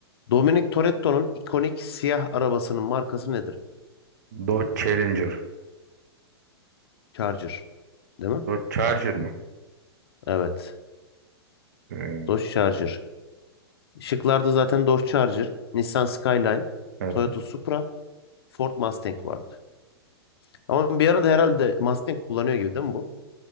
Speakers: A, on the left; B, on the right.
A: Dominic Toretto'nun ikonik siyah arabasının markası nedir?
B: Dodge Challenger.
A: Charger değil mi?
B: Dodge Charger mı?
A: Evet.
B: Ee,
A: Dodge Charger. Şıklarda zaten Dodge Charger, Nissan Skyline,
B: evet.
A: Toyota Supra, Ford Mustang vardı. Ama bir arada herhalde Mustang kullanıyor gibi değil mi bu?